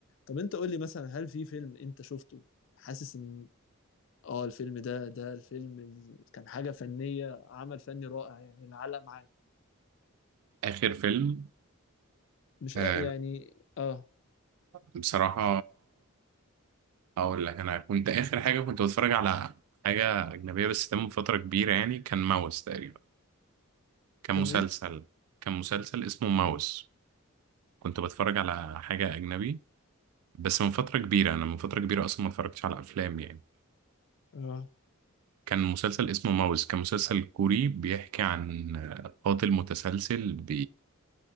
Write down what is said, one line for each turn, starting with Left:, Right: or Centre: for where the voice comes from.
Left: طب انت قول لي مثلا هل في فيلم انت شفته حاسس ان اه الفيلم ده ده الفيلم ال- كان حاجة فنية عمل فني رائع يعني اللي علق معاك
Right: آخر فيلم
Left: مش
Right: آه
Left: أ- يعني اه
Right: بصراحة أقول لك أنا كنت آخر حاجة كنت بتفرج على حاجة أجنبية بس ده من فترة كبيرة يعني كان ماوس تقريبا كان مسلسل
Left: كان ايه؟
Right: كان مسلسل اسمه ماوس كنت بتفرج على حاجة أجنبي بس من فترة كبيرة أنا من فترة كبيرة أصلا ما اتفرجتش على أفلام يعني
Left: اه
Right: كان مسلسل اسمه ماوس كان مسلسل كوري بيحكي عن آه، قاتل متسلسل